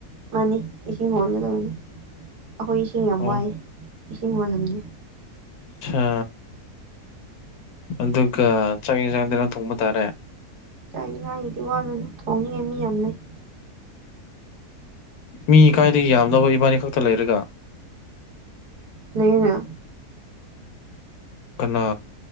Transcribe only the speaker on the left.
ꯑꯣ
ꯑ ꯑꯗꯨꯒ ꯆꯪꯌꯦ ꯆꯪꯗꯅ ꯊꯣꯡꯕ ꯇꯥꯔꯦ
ꯃꯤ ꯀꯥꯏꯗꯒꯤ ꯌꯥꯝꯗꯕ ꯏꯕꯥꯅꯤ ꯈꯛꯇ ꯂꯩꯔꯒ
ꯀꯅꯥ